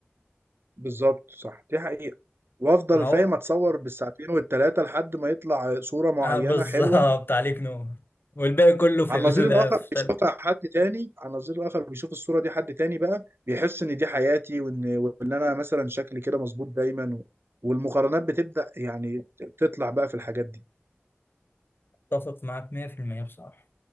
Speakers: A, on the right (about 65°); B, on the left (about 55°).
A: بالظبط صح دي حقيقة وافضل
B: ما هو
A: فاهم اتصور بالساعتين والتلاتة لحد ما يطلع صورة معينة
B: آه <laughs> بالظبط
A: حلوة
B: عليك نور والباقي كله في
A: على
B: ال
A: النظير الآخر
B: <laughs> في
A: بيشوفها
B: ال-
A: حد تاني على النظير الآخر بيشوف الصورة دي حد تاني بقى بيحس إن دي حياتي وإن وإن أنا مثلا شكلي كده مظبوط دايما و... والمقارنات بتبدأ يعني تطلع بقى في الحاجات دي
B: اتفق معاك 100% بصراحة